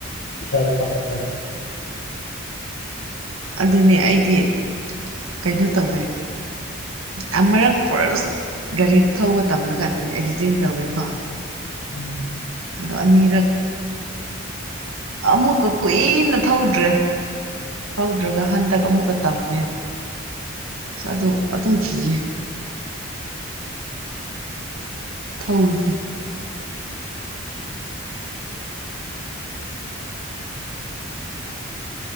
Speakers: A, on the left; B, on the right.
A: ꯏꯁꯥꯗ ꯄꯥꯈꯠꯄꯅꯤ
B: ꯑꯗꯨꯅꯦ ꯑꯩꯗꯤ ꯀꯩꯅꯣ ꯇꯧꯋꯦ ꯑꯃꯨꯔꯛ ꯄꯨꯔꯁ ꯒꯥꯔꯤ ꯊꯧꯕ ꯇꯝꯂꯀꯥꯟꯗꯅꯦ ꯑꯦꯛꯁꯤꯗꯦꯟ ꯇꯧꯋꯦꯀꯣ
A: ꯎꯝ
B: ꯑꯗꯣ ꯑꯅꯤꯔꯛ ꯑꯃꯨꯛꯀ ꯀꯨꯏꯅ ꯊꯧꯗ꯭ꯔꯦ ꯊꯧꯗ꯭ꯔꯒ ꯍꯟꯗꯛ ꯑꯃꯨꯛꯀ ꯇꯝꯃꯦ ꯑꯗꯨꯗ ꯑꯗꯨꯝ ꯀꯤꯌꯦ ꯊꯧꯕꯁꯦ